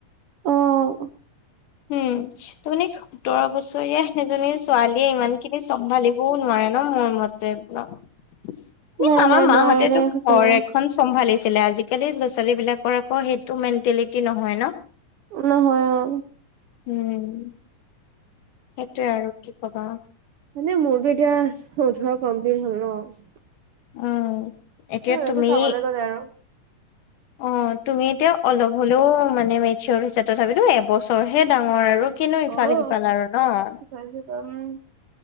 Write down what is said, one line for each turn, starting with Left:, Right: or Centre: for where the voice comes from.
Right: অ'!
Left: উম! তাৰমানে, সোতৰ বছৰীয়া এজনী ছোৱালীয়ে, ইমান খিনি চম্ভালি চম্ভালিবও নোৱাৰে ন'! মোৰ মতে। এই,
Right: নাই
Left: আমাৰ
Right: নাই
Left: মাহঁতেতো
Right: নোৱাৰে দেই সঁচাকে
Left: ঘৰ এখন চম্ভালিছিলে। আজিকালি, ল'ৰা-ছোৱালী বিলাকৰ আকৌ, সেইটো মেন্টেলিটি নহয় ন'!
Right: নহয়। অ
Left: উম! সেইটোয়ে আৰু কি ক'বা!
Right: মানে, মোৰতো এতিয়া, ওঠৰ কমপ্লিট হ'ল ন'।
Left: উম! এতিয়া
Right: সিহঁতে
Left: তুমি
Right: চাবলৈ গ'লে আৰু
Left: অ'! তুমি এতিয়া, অলপ হ'লেও মানে, মেচিয়ৰ হৈছা। তথাপিতো এবছৰহে ডাঙৰ আৰু। কিনো ইফালে-সিফাল
Right: অ অ
Left: আৰু ন'!
Right: <unintelligible>